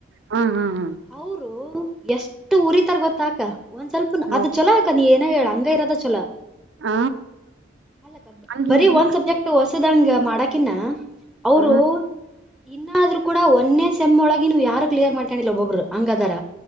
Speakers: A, on the right; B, in the centre.
A: ಹ ಹಾ ಹಾ ಹಾ
B: ಅವ್ರು ಎಷ್ಟು ಉರಿತರ್ ಗೊತ್ತಾಕ ಒಂದ್ ಸ್ವಲ್ಪ
A: ನೋ
B: ಅದ್ ಚೊಲೋ ಅಕ ನೀ ಏನೋ ಹೇಳ ಹಂಗ ಇರೋದ ಚೊಲೋ
A: ಹ
B: ಅಲ್ಲ ಕ
A: ಹಂಗೆ
B: ಬರಿ
A: ಇರ್ಬೇಕು
B: ಒಂದ್ ಸಬ್ಜೆಕ್ಟ್ ಹೊಸದಂಗ ಮಾಡಕಿನ ಅವರು
A: ಹ
B: ಇನ್ನಾದ್ರು ಕೂಡ ಒನ್ನೆ ಸೆಮ್ ಒಳಗೆ ನೀವ್ ಯಾರು ಕ್ಲಿಯರ್ ಮಾಡ್ಕೊಂಡಿಲ್ಲ ಒಬೊಬ್ಬರು ಹಂಗದಾರ